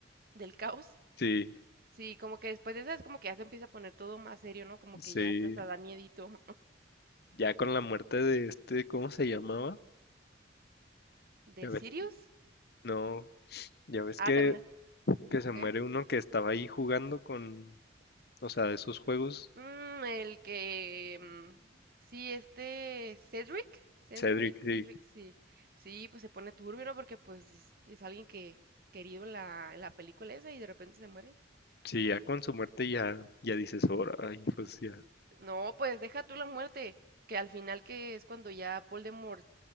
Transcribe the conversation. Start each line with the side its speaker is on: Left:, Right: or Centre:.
Right: del caos.
Left: Sí,
Right: Sí, como que después de esa es como que ya se empieza a poner todo más serio, ¿no? Como
Left: sí.
Right: que ya te hasta da miedito.
Left: Ya con la muerte de este, ¿cómo se llamaba?
Right: ¿Del
Left: Ya ves.
Right: Sirius?
Left: No, ya ves
Right: Ah,
Left: que,
Right: también es...
Left: que se
Right: ¿Qué?
Left: muere uno que estaba ahí jugando con... O sea, de esos juegos.
Right: Mm, el que... mm, sí, este Cedric. Cedric,
Left: Cedric, sí.
Right: Cedric, sí. Sí, pues se pone turbio, ¿no? Porque pues es es alguien que querido en la, en la película esa y de repente se muere.
Left: Sí, ya con su muerte ya, ya dices, ahora, ay, pues ya.
Right: No, pues deja tú la muerte, que al final que es cuando ya Voldemort